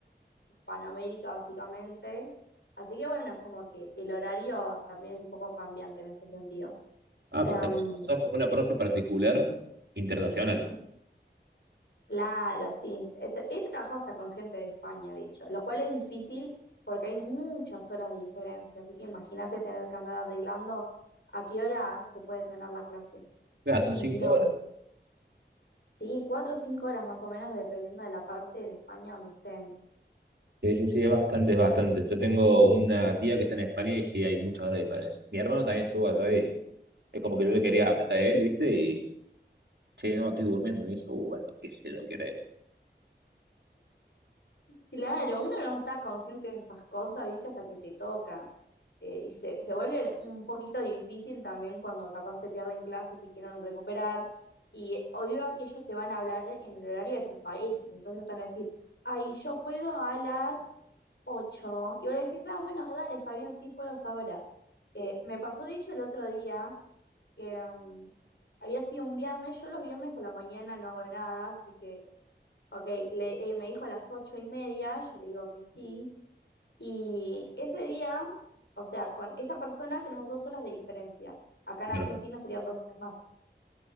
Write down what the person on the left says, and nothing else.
Hispanoamérica básicamente. Así que bueno, es como que el horario también es un poco cambiante en ese sentido.
Em,
<laughs> claro, sí. He, tra- he trabajado hasta con gente de España, de hecho, lo cual es difícil porque hay muchas horas de diferencia. Así que imagínate tener que andar arreglando a qué hora se puede tener la clase.
Un
quilombo.
Sí, cuatro o cinco horas más o menos, dependiendo de la parte de España donde estén.
Claro, uno no está consciente de esas cosas, ¿viste? Hasta que te toca. Eh, y se, se vuelve un poquito difícil también cuando capaz se pierden clases y quieren recuperar. Y obvio que ellos te van a hablar en el horario de sus países. Entonces están a decir, ay, yo puedo a las ocho Y vos le decís, ah, bueno, dale, está bien, sí puedo es ahora. Eh, me pasó dicho el otro día que mm, había sido un viernes. Yo los viernes a la mañana no hago nada, así que Ok, le, eh, me dijo a las ocho y media, yo le digo que sí. Y ese día, o sea, con esa persona tenemos dos horas de diferencia. Acá en
Argentina serían dos horas más.